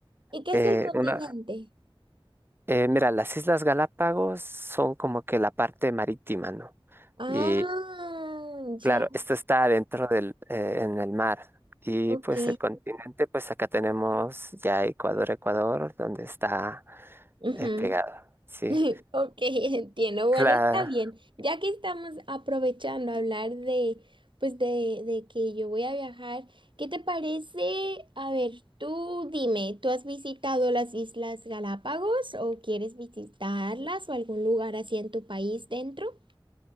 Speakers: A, on the right; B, on the right.
A: ¿Y qué
B: eh,
A: es el continente?
B: una... Eh, mira, las Islas Galápagos son como que la parte marítima, ¿no?
A: Ah,
B: Y claro,
A: ya.
B: esto está adentro del, eh, en el mar. Y
A: Ok.
B: pues el continente, pues acá tenemos ya Ecuador, Ecuador, donde está
A: Ujú.
B: eh, pegado.
A: <laughs>
B: Sí.
A: Ok, entiendo. Bueno,
B: Claro,
A: está bien. Ya que estamos aprovechando a hablar de, pues de, de que yo voy a viajar, ¿qué te parece? A ver, tú dime, ¿tú has visitado las Islas Galápagos o quieres visitarlas o algún lugar así en tu país dentro?